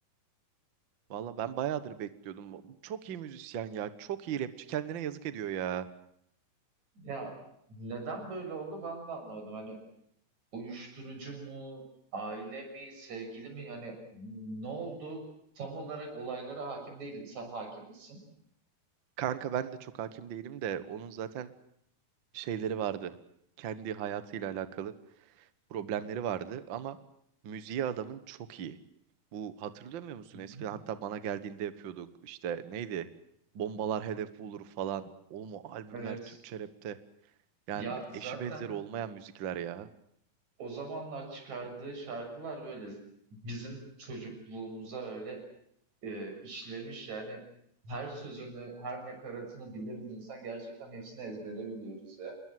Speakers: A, on the right (about 75°); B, on the right (about 50°).
A: Valla ben bayağıdır bekliyordum. Bu- Çok iyi müzisyen ya. Çok iyi rapçi. Kendine yazık ediyor ya.
B: Ya neden böyle oldu ben de anlamadım. Hani uyuşturucu mu, aile mi, sevgili mi? Yani ne oldu? Tam olarak olaylara hakim değilim. Sen hakim misin?
A: Kanka ben de çok hakim değilim de onun zaten şeyleri vardı. Kendi hayatıyla alakalı problemleri vardı ama müziği adamın çok iyi. Bu hatırlamıyor musun?
B: Hı hı.
A: Eskiden hatta bana geldiğinde yapıyorduk. İşte neydi? Bombalar hedef bulur falan. Oğlum o albümler
B: Evet.
A: Türkçe rapte. Yani
B: Ya zaten
A: eşi benzeri olmayan müzikler ya.
B: O zamanlar çıkardığı şarkılar böyle bizim çocukluğumuza öyle e, işlemiş yani her sözünü, her nakaratını biliriz insan gerçekten hepsini ezbere biliyoruz ya.